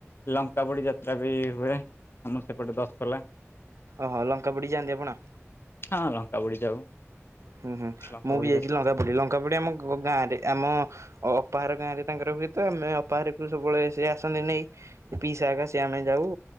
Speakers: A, on the left; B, on the right.
A: ଲଙ୍କା ପୋଡି ଯାତ୍ରା ବି ହୁଏ ଆମର ସେପଟେ ଦଶପଲା।
B: ଓହୋ ଲଙ୍କା ପୋଡ଼ି ଯାଆନ୍ତି ଆପଣ?
A: ହଁ ଲଙ୍କା ପୋଡି ଯାଉ।
B: ହୁଁ ହୁଁ
A: ଲଙ୍କାପୋଡି
B: ମୁଁ ବି ଯାଇଛି
A: ଯାତ୍ରା
B: ଲଙ୍କା ପୋଡି ଲଙ୍କା ପୋଡି ଆମ ଗ ଗାଁରେ ଆମ ଅପାଘର ଗାଁ ରେ ତାଙ୍କର ହୁଏତ ଆମେ ଅପାଘରେକୁ ସବୁବେଳେ ସେ ଆସନ୍ତି ନେଇ ଏ ପିଇସାହକ ସେ ଆମେ ଯାଉ